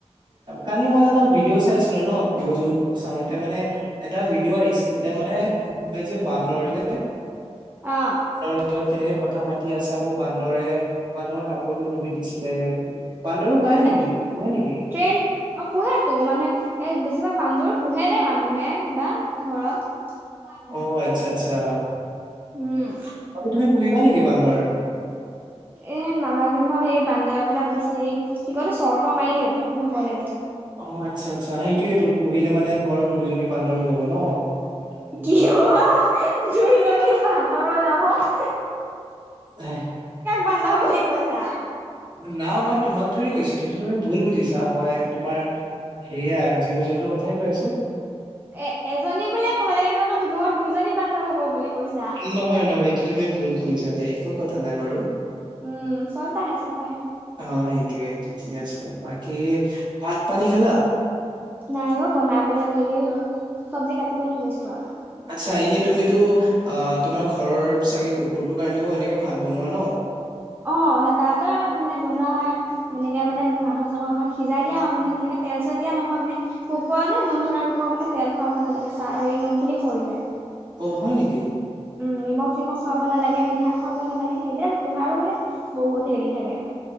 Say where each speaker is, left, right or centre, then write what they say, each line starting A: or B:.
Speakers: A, on the right; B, on the right.
A: কালি মই জানা ভিডিঅ' চাইছিলো ন'জীৱ- জন্তু চাওঁতে মানে এটা ভিডিঅ' আহিছিল মানে এই যে বান্দৰ যে <inaudible>
B: অ
A: বান্দৰ লগত কেনেকে কথ কথা -পাতি আছে আকৌ বান্দৰে মানুহৰ কাপোৰটো ধুই দিছিলে। বান্দৰো
B: <unintelligible>
A: পায় নেকি পোহে নেকি
B: ট্ৰেইন অ' পোহাটো মানে এ বেছি ভাগ বান্দৰ পোহে দেই মানুহে কিবা ঘৰত।
A: অহ, আচ্ছা -আচ্ছা।
B: উম
A: বাকি তুমি পুহিবা নেকি বান্দৰ?
B: এ' নালাগে মই সেই বান্দৰ বিলাক বেছি কি কয়তো চৰ - তৰ মাৰি দিয়ে বোলে মোৰ ভয় লাগে।
A: অহ, আচ্ছা -আচ্ছা সেইটোয়ে তো পুহিলে মানে ঘৰত দুইজনী বান্দৰ হৈ যাব ন
B: <inaudible>
A: সেইটো
B: কিহ দুইজনী ভাল <unintelligible>
A: এহ
B: বন্ধ হ'ব বুলি কৈছা?
A: না মই তোমাক ধৰি গৈছো সেইটো তুমি ভুল বুজিছা মই তোমাৰ হেৰিয়া জীৱ - জন্তু কিন্তু কথাই কৈ আছো।
B: এ -এজনী বুলিয়ে ক'ব লাগে তোমাৰ আকৌ ঘৰত দুজনী বান্দৰ হ'ব বুলি কৈছা
A: নহয় -নহয় এইটো তুমি ভুল শুনিছা দিয়া একো কথা নাই বাৰু
B: উম, চল্তা হে -চল্তা হে।
A: অ সেইটোয়ে ঠিকে আছে বাকী ভাত -পানী খালা?
B: নাই অ'বনাবলে লেয়ে ৰল চব্জি কাটিবলৈ লৈছো। আৰু
A: আচ্ছা এনে তুমিতো অ'তোমাৰ ঘৰৰ চাগে কুকুৰটোৰ কাৰণেও এনেকে ভাত বনোৱা ন'?
B: অহ, তাহতৰ মানে বনোৱা হয় মনেকে মানে মাংস -চাংস অকণ সিজাই দিয়া আৰু মানে তেনেকে তেল - চেল দিয়া নহয় মানে কুকুৰৰ যে নোম থকা কুকুৰক মানে তেল খুৱাব নালাগে চা এই নোম খিনি সৰি যায়।
A: অহ, হয় নেকি?
B: উম। নিমখ- চিমখ খুৱাব নালাগে, মিঠাই খুৱাব নালাগে এইবিলাক পোহাৰো মানে বহুত হেৰি থাকে।